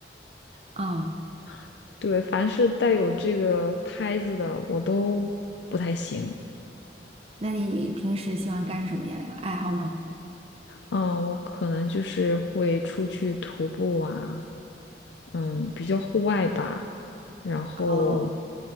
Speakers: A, on the right (about 35°); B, on the left (about 75°).
A: 哦，
B: <laughs> 对，凡是带有这个拍子的我都不太行。
A: 那你平时喜欢干什么呀？有爱好吗？
B: 嗯，我可能就是会出去徒步啊，嗯，比较户外吧。然后，
A: 哦